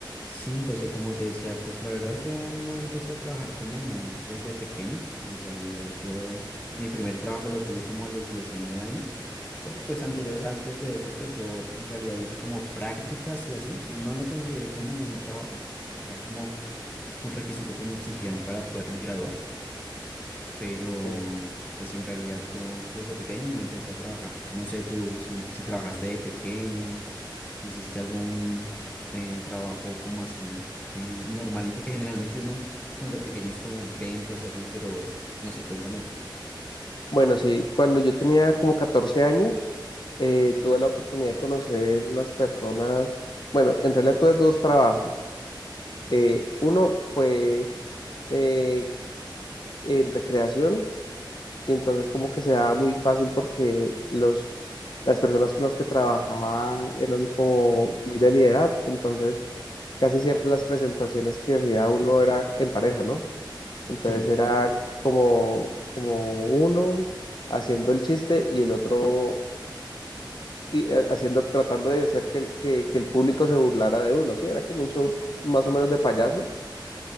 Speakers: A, on the left; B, on the left.
A: Sí, José, como te decía, pues la verdad yo no empecé a trabajar como muy desde pequeño. En realidad yo eh, mi primer trabajo lo tuve como a los 19 años, porque pues anterior,
B: Sí,
A: antes de eso, pues yo en realidad hice como prácticas y así. No lo consideré como un trabajo, porque era como un requisito que me exigían para poderme graduar pero
B: sí.
A: pues en realidad yo desde pequeño no empecé a trabajar. No sé tú si, em- si trabajaste de pequeño, si hiciste algún eh, trabajo como así eh, normalito, que generalmente uno cuando pequeño es como ventas y así, pero no sé, cuéntame tú.
B: Bueno, sí, cuando yo tenía como 14 años, eh, tuve la oportunidad de conocer unas personas, bueno, en realidad tuve dos trabajos. Eh, uno fue eh, en recreación y entonces como que se daba muy fácil porque los, las personas con las que trabajaba eran como muy de mi edad, entonces casi siempre las presentaciones que hacía uno era en pareja, ¿no? Entonces
A: Sí,
B: era como, como uno haciendo el chiste y el otro y eh, haciendo, tratando de hacer que, el- que, que el público se burlara de uno, sí, era como un show más o menos de payasos,